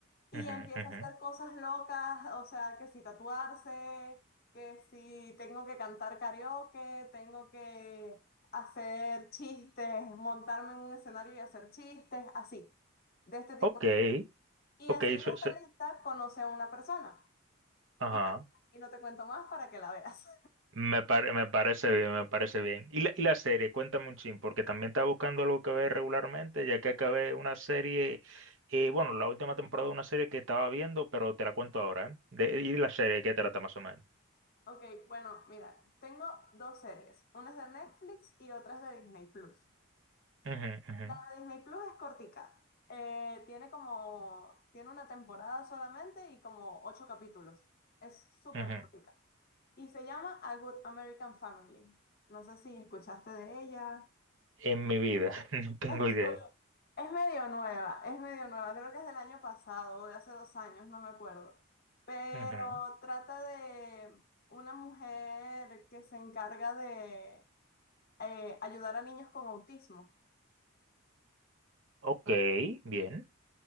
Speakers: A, on the left; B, on the right.
A: Y
B: ujú,
A: empieza
B: ujú.
A: a hacer cosas locas, o sea, que si tatuarse, que si tengo que cantar karaoke, tengo que hacer chistes, montarme en un escenario y hacer chistes, así, de este tipo.
B: Ok,
A: Y
B: ok,
A: haciendo
B: su-
A: esta
B: se-
A: lista conoce a una persona.
B: ajá.
A: Y bueno, y no te cuento más para que la veas.
B: Me, pare- me parece bien, me parece bien. Y la, y la serie, cuéntame un chin, porque también estaba buscando algo que ver regularmente, ya que acabé una serie, eh, bueno, la última temporada de una serie que estaba viendo, pero te la cuento ahora, ¿eh? De- y la serie, ¿qué trata más o menos?
A: Ok, bueno, mira, tengo dos series. Una es de Netflix y otra es de Disney Plus.
B: Ujú, ujú,
A: La de Disney Plus es cortica. Eh, tiene como, tiene una temporada solamente y como ocho capítulos. Es súper
B: ujú.
A: cortica. Y se llama A Good American Family. No sé si escuchaste de ella.
B: En mi vida, <laughs> no tengo
A: Estoy-
B: idea.
A: es medio nueva, es medio nueva, creo que es del año pasado, o de hace dos años, no me acuerdo. Pero
B: Ujú.
A: trata de una mujer que se encarga de eh, ayudar a niños con autismo.
B: Ok, bien,